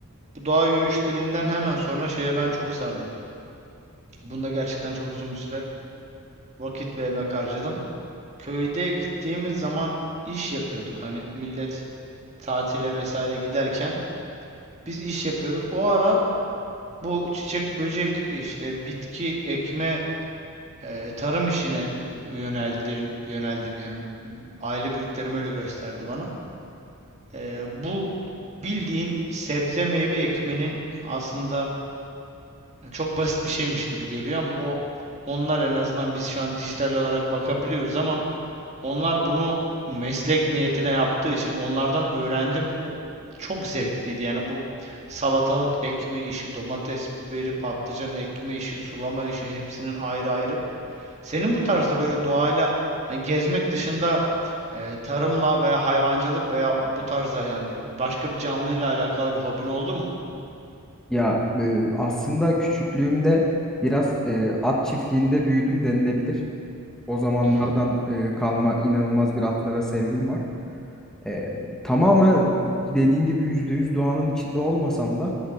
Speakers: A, on the right (about 30°); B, in the centre.
A: Bu doğa yürüyüşlerinden hemen sonra şeye ben çok sardım. Bunda gerçekten çok uzun bir süre vakit ve emek harcadım. Köyde gittiğimiz zaman iş yapıyorduk. Hani millet tatile vesaire giderken biz iş yapıyorduk. O ara bu çiçek böcek işte bitki ekme e, tarım işine yöneldim yöneldim yani aile büyüklerim öyle gösterdi bana. E, bu bildiğin sebze meyve ekmenin aslında çok basit bir şeymiş gibi geliyor ama o onlar en azından biz şu an dijital olarak bakabiliyoruz ama Onlar bunu meslek niyetine yaptığı için onlardan öğrendim. O çok zevkliydi. Yani bu salatalık ekme işi, domates, biberi, patlıcan ekme işi, sulama işi hepsinin ayrı ayrı. Senin bu tarzda böyle doğayla hani gezmek dışında e, tarımla veya hayvancılık veya bu tarzda yani başka bir canlıyla alakalı bir hobin oldu mu?
B: Ya e, aslında küçüklüğümde biraz e, at çiftliğinde büyüdüm denilebilir. O zamanlardan
A: Hı hı.
B: e, kalma inanılmaz bir atlara sevgim var. E, tamamen dediğin gibi %100 doğanın içinde olmasam da